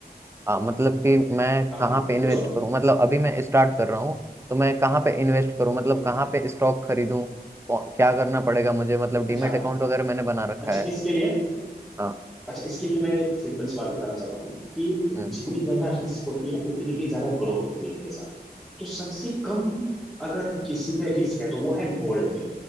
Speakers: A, on the right; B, in the centre.
A: आ, मतलब कि मैं
B: हाँ
A: कहाँ
B: हाँ
A: पे इन्वेस्ट
B: पूछो
A: करूँ मतलब अभी मैं स्टार्ट कर रहा हूँ तो मैं कहाँ पे इन्वेस्ट करूँ मतलब
B: हम्म,
A: कहाँ पे स्टॉक खरीदूँ कौ- क्या करना पड़ेगा मुझे मतलब डीमेट
B: अच्छा
A: अकाउंट वगैरह मैंने बना रखा
B: अच्छा
A: है
B: इसके लिए
A: हाँ
B: अच्छा इसके लिए मैं एक सिंपल सी बात बताना चाहता हूँ कि जितनी
A: हम्म,
B: ज्यादा रिस्क होती है उतनी ही ज्यादा ग्रोथ होती है हमेशा तो सबसे कम अगर किसी में रिस्क है तो वो है गोल्ड में